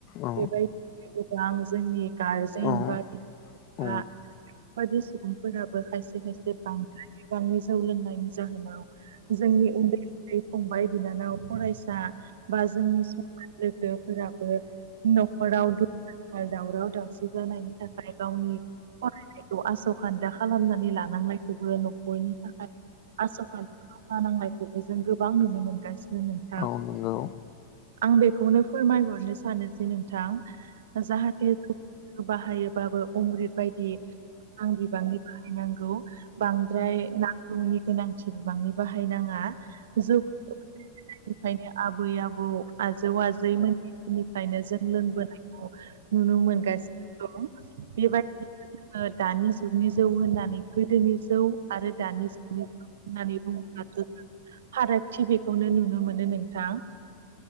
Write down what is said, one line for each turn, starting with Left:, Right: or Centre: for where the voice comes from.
Left: औ
Right: बेबायदि गोबां जोंनि गारजेन
Left: औ
Right: बा बिफा
Left: औ नंगौ
Right: बायदि सुबुंफोरा खायसे खायसे बांद्राय बिबांनि जौ लोंनायनि जाहोनाव जोंनि उन्दै बे फंबाय बिनानाव फरायसा बा जोंनि समान लोगोफोराबो न'खराव दुम दाखाल दावराव दावसि जानायनि थाखाय गावनि फरायनाय खौ आस'खान्दा खालामनानै लानांनायखौबो न'खरनि थाखाय आस'खान्दा फा नांनायखौबो जों गोबां नुनो मोनगासिनो नोंथां
Left: औ नंगौ
Right: आं बेखौनो फोरमायहरनो सानो जे नोंथां जाहाथे बाहायोबाबो अम्रिद बायदि आं बिबांनि बाहायनांगौ बांद्राय ना गौनि गोनांथि बिबांनि बाहायनाङा जौ <unintelligible> फायनो आबै आबौ आजौ आजै मोननिफ्रायनो जों लोंबोनायखौ नुनो मोनगासिनो दं बेबायदि दानि जुगनि जौ होननानै गोदोनि जौ आरो दानि जुगनि जौ होननानै बुङोब्लाथ' फारागथि बेखौनो नुनो मोनो नोंथां।